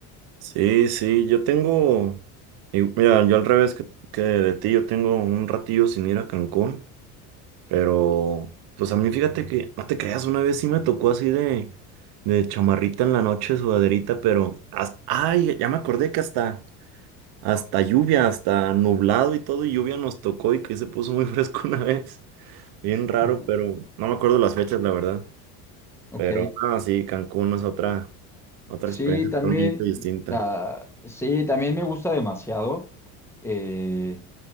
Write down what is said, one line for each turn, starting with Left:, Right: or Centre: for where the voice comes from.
Right: sí, sí, yo tengo, y mira, yo al revés que, que de ti, yo tengo un ratillo sin ir a Cancún, pero pues a mí fíjate que, no te creas, una vez sí me tocó así de, de chamarrita en la noche, sudaderita, pero, hasta, ay, ya me acordé que hasta, hasta lluvia, hasta nublado y todo, y lluvia nos tocó y que se puso muy fresco <laughs> una vez, bien raro,
Centre: Ajá.
Right: pero no me acuerdo las fechas, la verdad,
Centre: Ok,
Right: pero, ah, sí, Cancún no es otra. Otra
Centre: Sí,
Right: experiencia
Centre: también
Right: totalmente distinta.
Centre: la, sí, también me gusta demasiado. Eh,